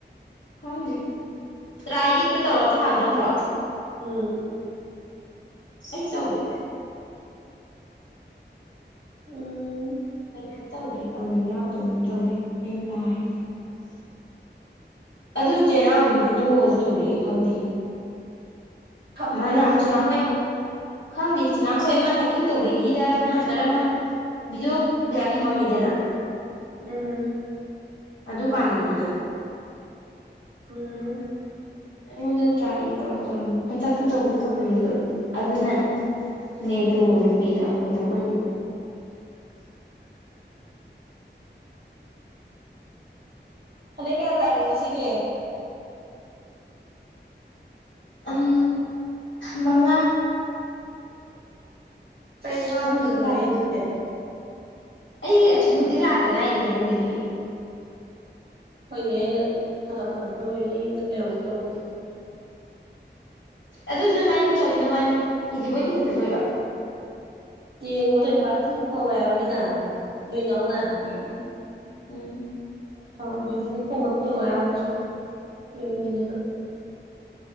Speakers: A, on the left; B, on the right.
A: ꯈꯪꯗꯦ ꯇꯔꯥ ꯏꯠꯀ ꯇꯧꯔꯣ ꯊꯥꯕ ꯅꯠꯇ꯭ꯔꯣ
B: ꯎꯝ
A: ꯀꯩꯅ ꯆꯎ ꯀ
B: ꯎꯝ
A: ꯀꯩꯅꯣꯝ ꯇꯧꯔꯦ ꯇꯧꯅꯤ ꯌꯥꯎꯗꯕꯝ ꯇꯧꯔꯦ ꯑꯩꯅ ꯇꯥꯔꯤꯁꯦ ꯑꯗꯨ ꯆꯦꯅꯥꯎꯒꯤ ꯐꯣꯇꯣꯒꯁꯨ ꯊꯣꯛꯂꯛꯑꯦ ꯈꯪꯗꯦ
B: ꯊꯝꯕꯩꯔꯕꯗꯣ
A: ꯃꯥꯅ ꯑꯃꯨꯛ ꯆꯤꯅꯥꯍꯣꯏ ꯈꯪꯗꯦ ꯆꯦꯅꯥꯍꯣꯏ ꯑꯃ ꯍꯥꯏꯛꯀꯤꯡ ꯇꯧꯕꯒꯤꯗ ꯑꯃ ꯃꯔꯝ ꯚꯗꯤꯑꯣ ꯀꯌꯥ ꯊꯝꯃꯝꯃꯤꯗꯅ
B: ꯎꯝ
A: ꯑꯗꯨ ꯀꯥꯟꯒꯤꯗꯨꯗ
B: ꯎꯝ
A: ꯑꯩꯉꯣꯟꯗ ꯇ꯭ꯔꯥꯏ ꯇꯧꯔꯣ ꯇꯧꯔ ꯍꯟꯇꯛꯁꯨ ꯇꯧ ꯇꯧꯒꯤꯕꯅꯤ ꯑꯗꯨ ꯑꯗꯨꯅꯦ ꯅꯗꯔꯣꯅ ꯄꯤꯔ ꯀꯩꯅ <unintelligible>
B: <inaudible> ꯐꯅ‌ꯦꯛ ꯀꯌꯥ ꯇꯥꯏꯒ‌ꯦ ꯉꯁꯤꯒꯤ
A: ꯎꯝ ꯃꯉꯥ
B: ꯑꯩ ꯋꯥꯕꯗ
A: ꯑꯩꯅ ꯍꯧꯖꯤꯛ
B: ꯑꯗꯨꯃꯥꯏ
A: ꯇꯥꯏꯁꯤꯅ
B: ꯑꯗꯨꯗꯤ
A: ꯑꯩ ꯍꯧꯖꯤꯛ ꯂꯥꯛꯇ ꯉꯥꯏꯔꯤꯍ‌ꯦ ꯅꯨꯡꯊꯤꯟꯒꯤ
B: ꯍꫭꯏꯅꯦ ꯑꯩꯅ ꯍꯜꯂꯛꯄꯗ ꯅꫭꯏ ꯅꯌꯨꯗ ꯂꯩꯍꯧꯗꯧꯅ
A: ꯑꯗꯨ ꯅꯣꯏꯕꯥꯅꯤ ꯆꯥꯎꯧꯕꯤꯅꯕꯅꯕꯅꯤ ꯏꯖꯤꯕꯣꯏ ꯊꯤꯕ ꯆꯠꯂꯨꯏꯔꯣ
B: ꯌꯥꯅ <unintelligible> ꯅꯣꯏ ꯅꯥꯎꯅ
A: ꯎꯝ ꯎꯝ
B: ꯍꯥ ꯃꯣꯏꯕꯨꯡ ꯈꯣꯡꯉ ꯊꯤ ꯍꯥꯏꯕꯗꯨꯗ ꯁꯨꯝ ꯌꯦꯡꯅꯤꯡꯗꯅ